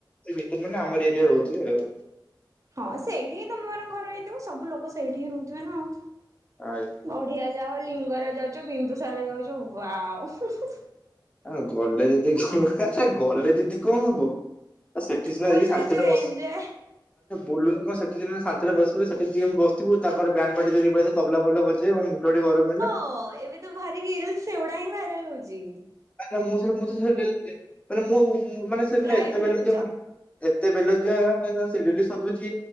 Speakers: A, on the left; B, on the right.
A: ସେ ଭିତରେ ମାନେ ଆମର ଏରିଆରେ ରହୁଥିବେ ଆଉ।
B: ହଁ ସେଇଠି ହିଁ ତମାନଙ୍କ ଘର ହେଇଥିବ ସବୁ ଲୋକ ସେଇଠି ହିଁ ରହୁଥିବେ ନା ଆଉ।
A: ଆଞା।
B: ବଢିଆ ଯା ହଉ ଲିଙ୍ଗରାଜ ଯାଉଛ ବିନ୍ଦୁସର ଯାଉଛୁ ୱାଉ।
A: ଆଉ ଗଲେ ଦିଦି କଣ ଆଚଛା ଗଲେ ଦିଦି କଣ ହବ? ସେଠି ସିନା
B: ବୁଲୁଛ
A: ଯାଇକି ସାନ୍ତି ରେ ବ
B: ଏଞ୍ଜୟ
A: ବୁଲୁଣ ସେଠଦିନ ଶାନ୍ତିରେ ବସିବୁ ସେଠି ବସିଥିବୁ ତାଙ୍କର ବ୍ୟାନ ପାଟିି ସେ ତବଲା ଫାବଲା ବଜେଇବେ ମୁଁ <unintelligible> ଗରମ ହେଲା।
B: ହଁ ଏବେ ତ ଭାରି ରିଲସ ସେଗୁଡା ହିଁ ଭାଇରାଲ ହଉଚି।
A: ମାନେ ମୁଁ ସେ ମୁଁ ତ ସେ ଡେଲି ମାନେ ମୁଁ ମାନେ ସେ
B: ଲାଇଭ
A: ଏତେ <unintelligible>
B: ଦେଖୁଛ
A: ଏତେ ବେଲଜ୍ୟା ମାନେ ସେ ଡେଲି ସଧୁଚି